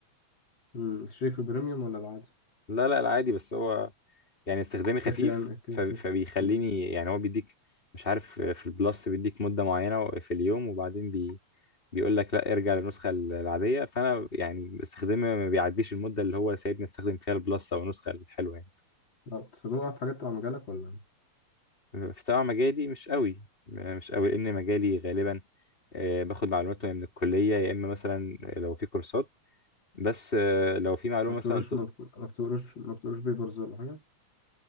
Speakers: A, on the left (about 35°); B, on the left (about 20°).
A: امم الشريك في البريميوم ولا العادي
B: لا لا لا عادي بس هو يعني استخدامي خفيف
A: كافي يعني كده
B: ف- فبيخليني
A: كده امم
B: يعني هو بيديك مش عارف في البلس بيديك مدة معينة في اليوم وبعدين بي بيقول لك لا ارجع للنسخة العادية فأنا يعني استخدامي ما بيعديش المدة اللي هو سايبني استخدم فيها البلس أو النسخة الحلوة يعني
A: لا بتستخدمه بقى في حاجات تبع مجالك ولا
B: في طبعا مجالي مش قوي مش قوي لأن مجالي غالبا آه، باخد معلومات من الكلية يا إما مثلا لو في كورسات بس آه، لو في معلومة
A: ما بتقروش
B: مثلا
A: ما بت- ما بتقروش ما بتقروش بيبرز ولا حاجة